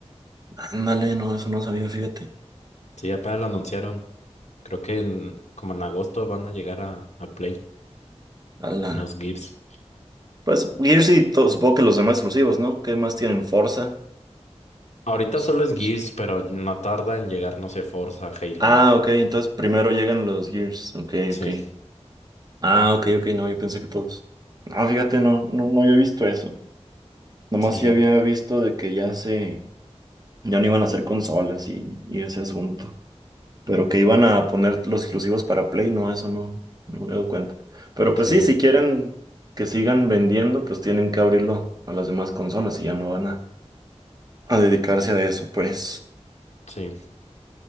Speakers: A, on the right (about 35°); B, on the left (about 80°).
A: Ándale, no, eso no sabía, fíjate.
B: Sí, apenas lo anunciaron. Creo que en- como en agosto van a llegar a, a Play
A: Ala.
B: los Gears.
A: Pues Gears y to- supongo que los demás exclusivos, ¿no? ¿Qué más tienen? Forza.
B: Ahorita
A: Pues,
B: solo
A: Forza.
B: es Gears, pero no tarda en llegar, no sé, Forza, Halo.
A: Ah, ok, entonces primero llegan los Gears. Ok,
B: Sí,
A: ok. Ah, ok, ok, no, yo pensé que todos. No, fíjate, no, no, no había visto eso. Nomás
B: sí,
A: yo
B: ap-
A: había visto de que ya se, ya no iban a hacer consolas y, y ese asunto. Pero que iban a poner los exclusivos para Play, no, eso no, no me doy cuenta. Pero pues
B: sí,
A: sí, si quieren que sigan vendiendo, pues tienen que abrirlo a las demás consolas y ya no van a, a dedicarse a eso, pues.
B: sí.